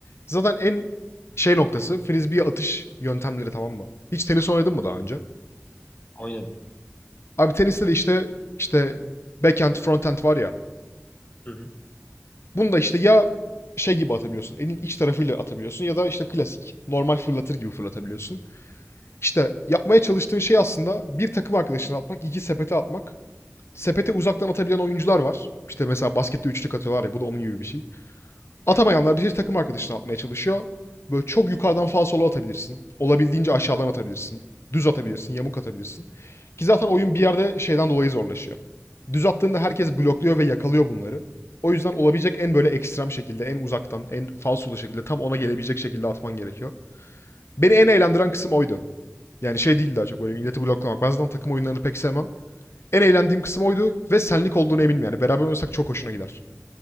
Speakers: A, on the left (about 60°); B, on the left (about 30°).
A: Zaten en şey noktası frisbee atış yöntemleri tamam mı? Hiç tenis oynadın mı daha önce?
B: Oynadım.
A: Abi teniste de işte işte backhand, fronthand var ya.
B: Hı hı.
A: Bunu da işte ya şey gibi atabiliyorsun, elin iç tarafıyla atabiliyorsun ya da işte klasik normal fırlatır gibi fırlatabiliyorsun. İşte yapmaya çalıştığın şey aslında bir takım arkadaşına atmak, iki sepete atmak. Sepete uzaktan atabilen oyuncular var. İşte mesela baskette üçlük atıyorlar ya bu da onun gibi bir şey. Atamayanlar bir şey takım arkadaşını atmaya çalışıyor. Böyle çok yukarıdan falsolu atabilirsin. Olabildiğince aşağıdan atabilirsin. Düz atabilirsin, yamuk atabilirsin. Ki zaten oyun bir yerde şeyden dolayı zorlaşıyor. Düz attığında herkes blokluyor ve yakalıyor bunları. O yüzden olabilecek en böyle ekstrem şekilde, en uzaktan, en falsolu şekilde, tam ona gelebilecek şekilde atman gerekiyor. Beni en eğlendiren kısım oydu. Yani şey değil daha çok böyle milleti bloklamak. Ben zaten takım oyunlarını pek sevmem. En eğlendiğim kısım oydu ve senlik olduğunu eminim yani. Beraber oynasak çok hoşuna gider.